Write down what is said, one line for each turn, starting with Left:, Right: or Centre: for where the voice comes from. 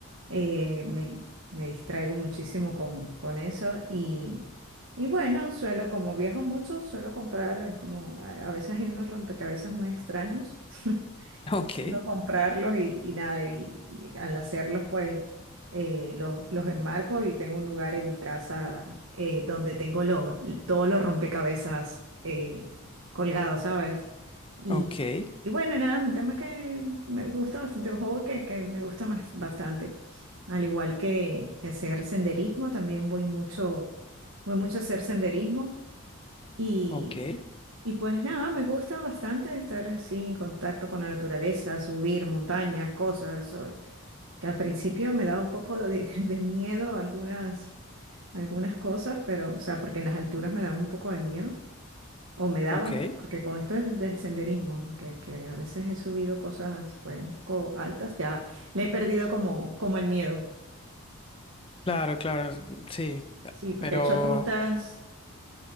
Right: Eh, me, me distraigo muchísimo con, con eso y, y bueno, suelo, como viajo mucho, suelo comprar, eh, como a, a veces hay unos rompecabezas muy extraños, <laughs>
Left: ok.
Right: suelo comprarlos y, y nada, y, y al hacerlos pues eh, los, los enmarco y tengo un lugar en mi casa eh, donde tengo lo- todos los rompecabezas eh, colgados, ¿sabes? Y,
Left: Ok,
Right: y bueno, nada, es un tema que me gusta bastante, un juego que, que me gusta más, bastante. Al igual que, que hacer senderismo, también voy mucho, voy mucho a hacer senderismo y,
Left: ok,
Right: y pues nada, me gusta bastante estar así en contacto con la naturaleza, subir montañas, cosas, o- que al principio me daba un poco de, <laughs> de miedo algunas, algunas cosas, pero o sea, porque en las alturas me daba un poco de miedo, o me daba,
Left: ok.
Right: porque con esto del, del senderismo, que, que a veces he subido cosas pues un poco altas, ya le he perdido como, como el miedo.
Left: Claro, claro, sí,
Right: Sí, porque
Left: pero
Right: he hecho rutas,